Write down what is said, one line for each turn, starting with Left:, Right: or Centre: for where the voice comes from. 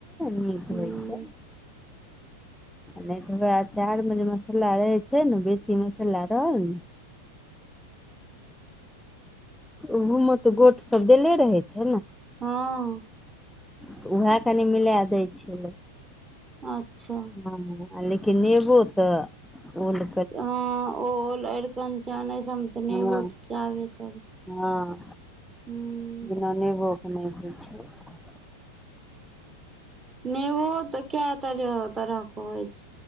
Centre: नीक
Right: हूॅं।
Centre: होइ छै
Right: <inaudible>
Centre: नहि तऽ वेएह अचारमे जे मसल्ला रहै छै ने बेसी मसल्ला रहल ने। ओहो में त गोट सब देले रहै छै ने।
Right: हँ
Centre: तऽ उएह कनि मिलाए दैय छैय लोक।
Right: अच्छा
Centre: हँ लेकिन नेबो तऽ ओल
Right: तऽ हँ ओल एरकंचन अई सभ में तऽ नेबो
Centre: हँ
Right: च-च चाहबे करी।
Centre: हँ
Right: हूँ
Centre: बिना नेबो के नहि होइ छैय इ सभ।
Right: नेबो ओ तऽ कैए तरह तरहके होइ छै।